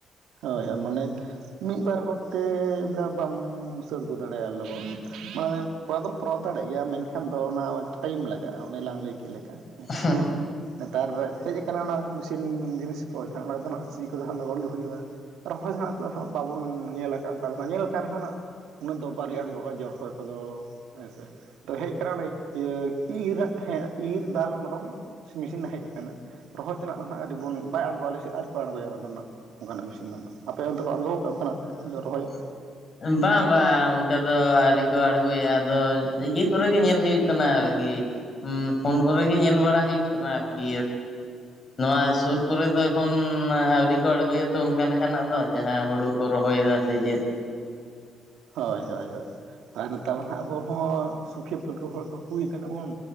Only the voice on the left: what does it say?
ᱵᱟᱝ
<inaudible> ᱵᱟᱝ ᱵᱟᱝ ᱚᱱᱠᱟ ᱫᱚ ᱟᱹᱣᱨᱤ ᱠᱚ ᱟᱬᱜᱚᱭᱟ ᱟᱫᱚ ᱤᱭᱟᱹ ᱠᱚᱨᱮ ᱜᱮ ᱧᱮᱞ ᱦᱩᱭᱩᱜ ᱠᱟᱱᱟ ᱟᱨᱠᱤ᱾ ᱦᱩᱸ ᱯᱷᱳᱱ ᱠᱚᱨᱮ ᱜᱮ ᱧᱮᱞ ᱵᱟᱲᱟ ᱦᱩᱭᱩᱜ ᱠᱟᱱᱟ ᱟᱨᱠᱤ, ᱱᱚᱣᱟ ᱥᱩᱨ ᱠᱚᱨᱮ ᱫᱚ ᱮᱠᱷᱚᱱ ᱟᱹᱣᱨᱤ ᱠᱚ ᱟᱬᱜᱚᱭᱟ᱾ ᱛᱚ ᱚᱱᱠᱟ ᱞᱮᱠᱟᱱᱟᱜ ᱫᱚ ᱡᱟᱦᱟᱸ ᱦᱩᱲᱩ ᱠᱚ ᱨᱚᱦᱚᱭ ᱮᱫᱟ ᱥᱮ ᱪᱮᱫ᱾